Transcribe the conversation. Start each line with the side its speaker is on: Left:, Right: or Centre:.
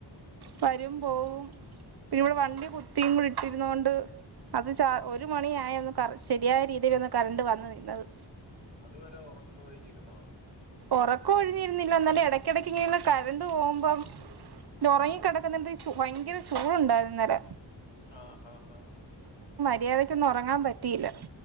Right: വരും പോവും പിന്ന ഇവിടെ
Left: ആ
Right: വണ്ടി
Left: ആ.
Right: കുത്തിയും കൂടി ഇട്ടിരുന്നൊണ്ട് അത് ച ഒരു മണിയായ ഒന്ന് ശരിയായ രീതിയിൽ ഒന്ന് കറണ്ട് വന്നു നിന്നത്
Left: അതുവരെ ഉറക്ക ഒഴിഞ്ഞിരുന്നോ
Right: ഉറക്ക ഒഴിഞ്ഞിരുന്നില്ല എന്നാലും ഇടയ്ക്കിടയ്ക്ക് ഇങ്ങനെ കരണ്ട് പോകുമ്പ ല്ല ഉറങ്ങി കിടക്കുന്നന്റെ ഭയങ്കര ചൂടുണ്ടായിരുന്നു ഇന്നലെ
Left: ആഹ ആഹ ആഹ
Right: മര്യാദയ്ക്ക് ഒന്നും ഉറങ്ങാൻ പറ്റിയില്ല